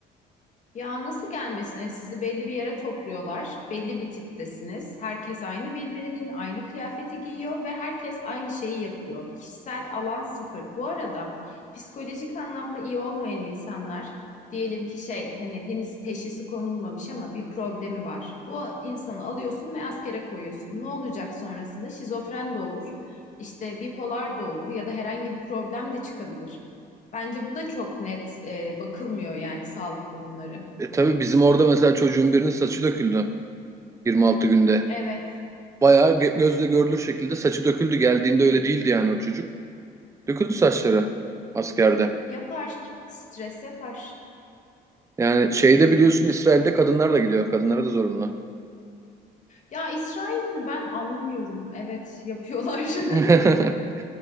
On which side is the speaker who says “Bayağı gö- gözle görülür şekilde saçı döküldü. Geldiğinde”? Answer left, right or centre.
Right